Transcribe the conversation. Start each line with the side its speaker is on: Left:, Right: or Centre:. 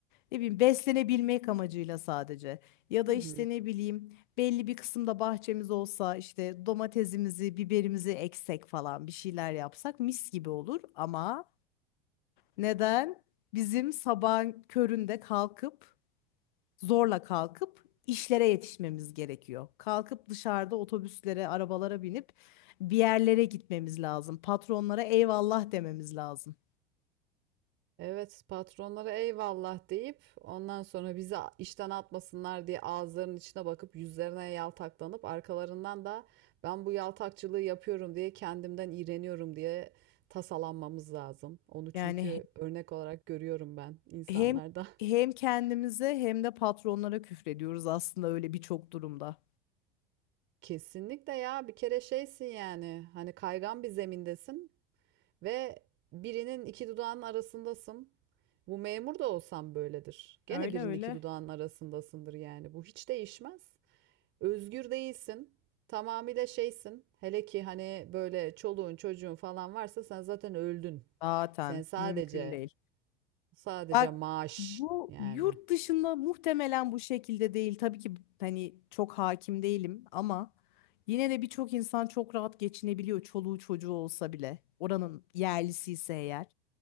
Left: Ne bileyim beslenebilmek amacıyla sadece. Ya da
Right: Hı
Left: işte
Right: hı.
Left: ne bileyim belli bir kısımda bahçemiz olsa işte domatesimizi, biberimizi eksek falan bir şeyler yapsak mis gibi olur ama neden bizim sabahın köründe kalkıp zorla kalkıp işlere yetişmemiz gerekiyor. Kalkıp dışarıda otobüslere, arabalara binip bir yerlere gitmemiz lazım. Patronlara eyvallah dememiz lazım.
Right: Evet, patronlara eyvallah deyip ondan sonra bizi a- işten atmasınlar diye ağızlarının içine bakıp yüzlerine yaltaklanıp arkalarından da ben bu yaltakçılığı yapıyorum diye kendimden iğreniyorum diye tasalanmamız lazım. Onu çünkü
Left: Yani
Right: örnek olarak görüyorum ben insanlarda.
Left: hem
Right: <laughs>
Left: hem kendimize hem de patronlara küfrediyoruz aslında öyle birçok durumda.
Right: Kesinlikle ya bir kere şeysin yani hani kaygan bir zemindesin. Ve birinin iki dudağının arasındasın. Bu memur da olsan böyledir. Gene
Left: Öyle
Right: birinin
Left: öyle.
Right: iki dudağının arasındasındır yani. Bu hiç değişmez. Özgür değilsin. Tamamıyla şeysin. Hele ki hani böyle çoluğun çocuğun falan varsa sen zaten öldün.
Left: Zaten
Right: Sen sadece
Left: mümkün değil.
Right: sadece
Left: Bak
Right: maaş
Left: bu
Right: yani.
Left: yurt dışında muhtemelen bu şekilde değil. Tabii ki hani çok hakim değilim ama yine de birçok insan çok rahat geçinebiliyor çoluğu çocuğu olsa bile. Oranın yerlisi ise eğer.